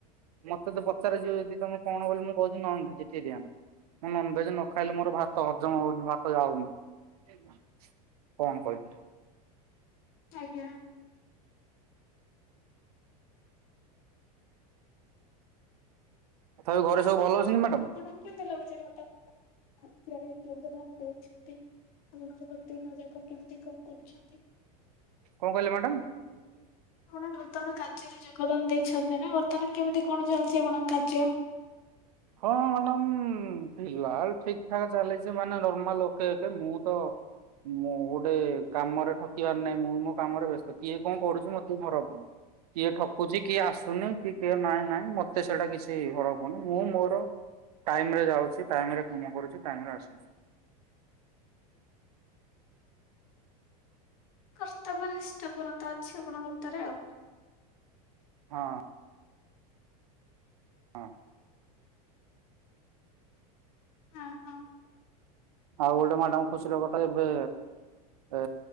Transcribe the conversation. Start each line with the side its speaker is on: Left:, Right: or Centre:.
Right: ମତେ ତ ପଚାରେ ଯିବ ଯଦି ତମେ କଣ ବୋଲି ମୁଁ କହୁଛି ନନ୍ ଭେଜି ଟେରିଆନ୍। ମୁଁ ନନଭେଜ ନ ଖାଇଲେ ମୋର ଭାତ ହଜମ ହଉନି ଭାତ ଯାଉନି। କଣ କହିଲି?
Left: ଆଜ୍ଞା।
Right: ତଥାପି ଘରେ ସବୁ ଭଲ ଅଛନ୍ତିି ମ୍ୟାଡାମ?
Left: <unintelligible> <unintelligible> କେମିତି କଣ କରୁଛନ୍ତି?
Right: କଣ କହିଲେ ମ୍ୟାଡ଼ାମ? <unintelligible>
Left: ଆପଣ ନୂତନ କାର୍ଯ୍ୟରେ ଯୋଗଦାନ ଦେଇଛନ୍ତି ନା ବର୍ତ୍ତମାନ କେମିତି କଣ ଚାଲିଛି ଆପଣଙ୍କ କାର୍ଯ୍ୟ?
Right: ହଁ ମ୍ୟାଡାମ ଫିଲାଲ ଠିକ ଠାକ ଚାଲିଛି ମାନେ ନର୍ମାଲ ଓକେ ମୁଁ ତ ମୁଁ ଗୋଟେ କାମରେ ଠକିବାର ନାହିଁ ମୁଁ ମୋ କାମରେ ବ୍ୟସ୍ତ କିଏ କଣ କରୁଛି ମତେ ଫରକ ପଡୁନି। କିଏ ଠକୁଛି, କିଏ ଆସୁନି, କି କିଏ ନାହିଁ ନାହିଁ ମତେ ସେଇଟା କିଛି ଫରକ୍ ପଡୁନି, ମୁଁ ମୋର ର ଟାଇମରେ ଯାଉଛି, ଟାଇମ ରେ କାମ କରୁଛି, ଟାଇମ ରେ ଆସୁଛି।
Left: କର୍ତ୍ତବ୍ୟ ନିିଷ୍ଠପରତା ଅଛି ଆପଣଙ୍କ ଭିତରେ ଆଉ।
Right: ହଁ। ହଁ।
Left: ଓ ହଁ।
Right: ଆଉ ଗୋଟେ ମ୍ୟାଡାମ ଖୁସିିର କଥା ଏବେ ଏ